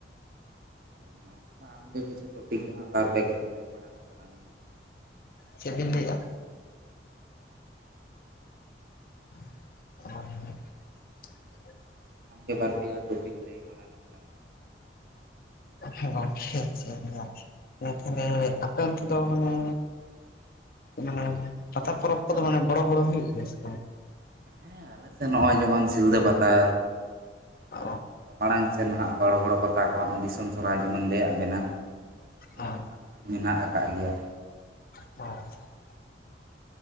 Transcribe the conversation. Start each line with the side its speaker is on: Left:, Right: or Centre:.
Right: <inaudible> ᱱᱟᱝ ᱚᱧᱟᱝ ᱟᱢᱜᱮ ᱠᱤᱪᱷᱩ ᱴᱚᱯᱤᱠ ᱫᱚ ᱦᱟᱸᱜ ᱵᱟᱨ ᱯᱮ ᱠᱟᱛᱷᱟ ᱞᱟᱹᱭ ᱢᱟᱲᱟᱝ ᱛᱟᱞᱟᱝ ᱢᱮ,
Left: ᱪᱮᱫ ᱵᱤᱱ ᱞᱟᱹᱭᱮᱫ-ᱟ? <inaudible>
Right: <inaudible> ᱯᱮᱭᱟ ᱴᱚᱯᱤᱠ ᱞᱟᱹᱭ ᱢᱟᱲᱟᱝ <inaudible>
Left: ᱟᱠᱷᱟ ᱜᱚᱝᱠᱮ <unintelligible> ᱛᱟᱦᱞᱮ ᱟᱯᱮ ᱚᱱᱛᱮ ᱫᱚ ᱢᱟᱱᱮ ᱚᱱᱮ ᱯᱟᱛᱟ ᱯᱚᱨᱚᱵᱽ ᱠᱚᱫᱚ ᱢᱟᱱᱮ ᱵᱚᱲᱚ ᱵᱚᱲᱚ ᱦᱩᱭᱩᱜ ᱜᱮᱭᱟ ᱥᱮ
Right: ᱦᱮᱸ ᱟᱞᱮ ᱥᱮᱫ ᱱᱚᱜᱼᱚᱭ ᱡᱮᱢᱚᱱ ᱥᱤᱞᱫᱟᱹ ᱯᱟᱛᱟ, ᱮᱠᱫᱚᱢ
Left: ᱚ,
Right: ᱱᱚᱝᱠᱟ ᱢᱟᱲᱟᱝ ᱥᱮ ᱱᱟᱦᱟᱜ ᱵᱚᱲᱚ ᱵᱚᱲᱚ ᱟᱵᱚᱣᱟᱜ ᱫᱤᱥᱚᱢ ᱥᱚᱨᱦᱟᱭ ᱡᱮᱢᱚᱱ <inaudible>
Left: ᱦᱮᱸ
Right: ᱠᱷᱟᱱ ᱢᱮᱱᱟᱜ ᱟᱠᱟᱫ ᱜᱮᱭᱟ,
Left: <unintelligible>